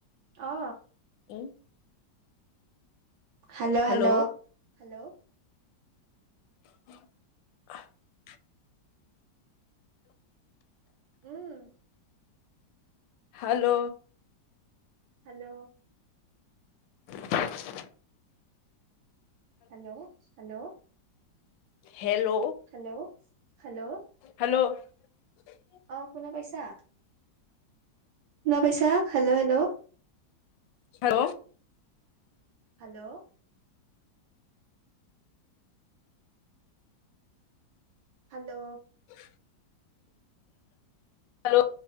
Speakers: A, on the right (about 75°); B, on the left (about 80°).
A: অ।
B: ওম
A: হেল্লো'
B: হেল্ল'
A: হেল্লো ' হেল্লো।
B: <unintelligible>
A: উম।
B: hello,
A: হেল্লো।
B: <unintelligible>
A: Hello hello.
B: Hello.
A: hello Hello.
B: Hello. <unintelligible>
A: অ শুনা পাইছা, শুনা পাইছা? Hello hello.
B: Hello.
A: Hello. Hello.
B: <unintelligible> Hello.